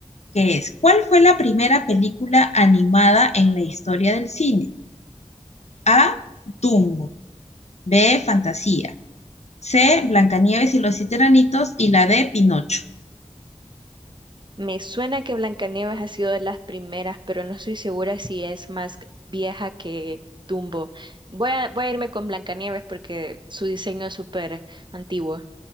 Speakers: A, on the left (about 65°); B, on the right (about 40°).
A: que es, ¿cuál fue la primera película animada en la historia del cine? A, Dumbo, B, Fantasía, C, Blancanieves y los siete enanitos y la D, Pinocho.
B: Me suena que Blancanieves ha sido de las primeras, pero no estoy segura si es más vieja que Dumbo. Voy a, voy a irme con Blancanieves porque su diseño es súper antiguo.